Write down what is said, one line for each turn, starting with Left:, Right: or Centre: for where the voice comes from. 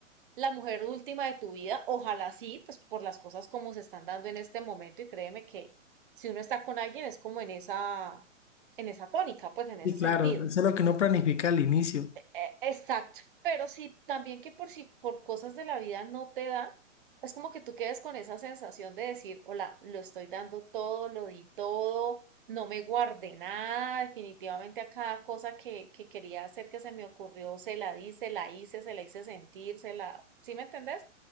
Right: la mujer última de tu vida. Ojalá sí, pues por las cosas como se están dando en este momento. Y créeme que si uno está con alguien es como en esa, en esa tónica, pues en ese
Left: Y
Right: sentido
Left: claro, eso es lo que uno planifica al inicio.
Right: eh, exacto. Pero si también que por si por cosas de la vida no te da, es como que tú quedes con esa sensación de decir, hola, lo estoy dando todo, lo di todo, no me guardé nada, definitivamente a cada cosa que, que quería hacer que se me ocurrió, se la di, se la hice, se la hice sentir, se la, ¿sí me entendés?